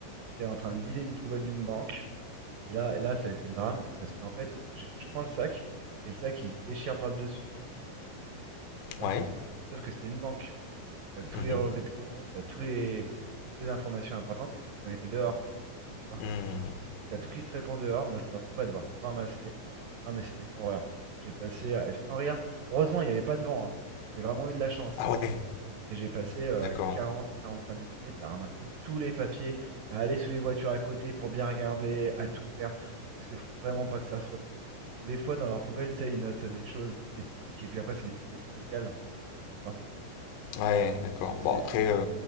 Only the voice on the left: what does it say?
Ouais.
Mhm.
Hmm.
Ah
ouais,
d'accord.
Ouais, d'accord.
Bon, après, euh,